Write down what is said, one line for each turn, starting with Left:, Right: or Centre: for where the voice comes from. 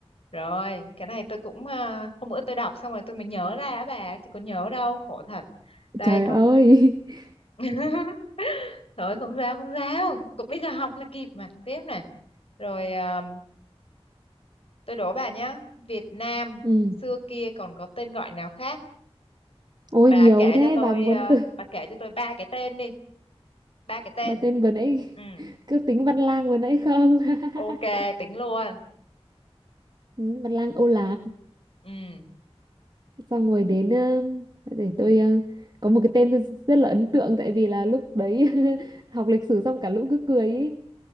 Left: Rồi, cái này tôi cũng ờ, hôm bữa tôi đọc xong rồi tôi mới nhớ ra á bà, chứ có nhớ đâu, khổ thật. Đây
Right: Trời
Left: câu
Right: ơi! <laughs>
Left: <laughs> Thôi không sao không sao Cũng bây giờ học là kịp mà Tiếp này Rồi à, tôi đố bà nhá Việt Nam
Right: Ừ.
Left: xưa kia còn có tên gọi nào khác
Right: Ôi
Left: Bà
Right: nhiều
Left: kể
Right: thế,
Left: cho tôi
Right: bà muốn
Left: à,
Right: từ...
Left: Bà kể cho tôi ba cái tên đi Ba cái tên
Right: Bà tên vừa nãy
Left: Ừ
Right: <laughs> cứ tính Văn Lang vừa nãy không? <laughs>
Left: ok tính luôn
Right: Ừ, Văn Lang Âu Lạc.
Left: Ừ
Right: xong rồi đến ờ, để tôi ờ, có một cái tên tôi rất là ấn tượng tại vì là lúc đấy <laughs> học lịch sử xong cả lũ cứ cười ý.